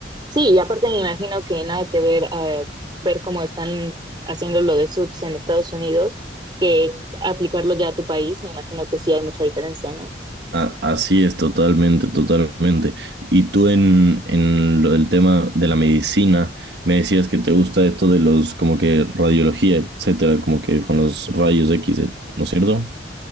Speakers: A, on the right (about 25°); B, on the right (about 65°).
A: Sí, y aparte me imagino que nada que ver eh, ver cómo están haciendo lo de suits en Estados Unidos que aplicarlo ya a tu país, me imagino que sí hay mucha diferencia, ¿no?
B: A- así es, totalmente, totalmente. Y tú en, en lo del tema de la medicina, me decías que te gusta esto de los, como que radiología, etcétera, como que con los rayos X, ¿no es cierto?